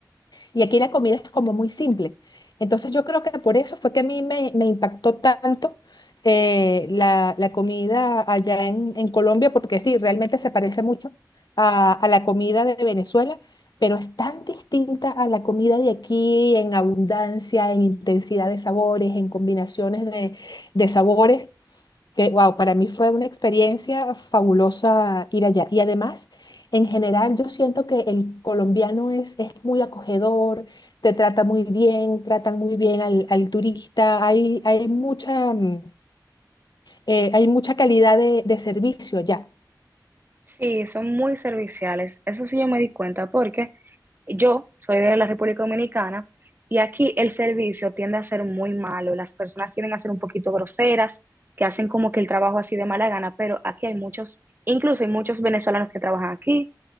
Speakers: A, on the left; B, on the right.
A: y aquí la comida es como muy simple. Entonces yo creo que por eso fue que a mí me, me impactó tanto eh, la, la comida allá en, en Colombia, porque sí, realmente se parece mucho a, a la comida de Venezuela, pero es tan distinta a la comida de aquí en abundancia, en intensidad de sabores, en combinaciones de, de sabores que, wow, para mí fue una experiencia fabulosa ir allá. Y además, en general, yo siento que el colombiano es, es muy acogedor, te trata muy bien, tratan muy bien al, al turista, hay, hay mucha, mm, eh, hay mucha calidad de, de servicio allá.
B: Sí, son muy serviciales, eso sí yo me di cuenta porque Yo soy de la República Dominicana y aquí el servicio tiende a ser muy malo. Las personas tienden a ser un poquito groseras, que hacen como que el trabajo así de mala gana, pero aquí hay muchos, incluso hay muchos venezolanos que trabajan aquí,